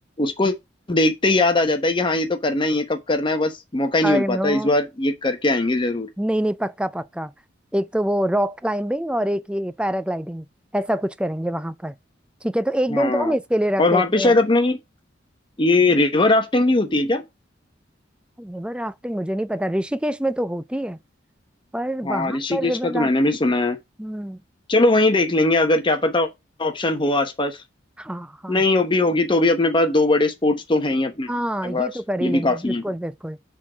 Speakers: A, on the left; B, in the centre.
A: उसको देखते ही याद आ जाता है कि हाँ ये तो करना ही है कब करना है बस मौका ही
B: <laughs>
A: नहीं
B: आई
A: मिल पाता
B: नो
A: इस बार ये करके आएंगे जरूर
B: नहीं नहीं पक्का पक्का एक तो वो रॉक क्लाइंबिंग और एक ये पैराग्लाइडिंग ऐसा कुछ करेंगे वहां पर ठीक है तो एक
A: हाँ
B: दिन तो हम इसके लिए रख
A: और वहां
B: लेते
A: पे शायद
B: हैं
A: अपने की ये रिवर राफ्टिंग भी होती है क्या
B: रिवर राफ्टिंग मुझे नहीं पता ऋषिकेश में तो होती है पर
A: हाँ
B: वहां
A: ऋषिकेश
B: पर रिवर
A: का तो
B: राफ्टिंग
A: मैंने भी सुना है
B: हम्म
A: चलो वहीं देख लेंगे अगर क्या पता ऑप्शन हो आसपास
B: हाँ हाँ
A: नहीं हो भी होगी तो भी अपने पास दो बड़े स्पोर्ट्स तो हैं ही अपने
B: हाँ
A: पास
B: ये तो कर ही
A: ये
B: लेंगे
A: भी काफी
B: बिल्कुल
A: हैं
B: बिल्कुल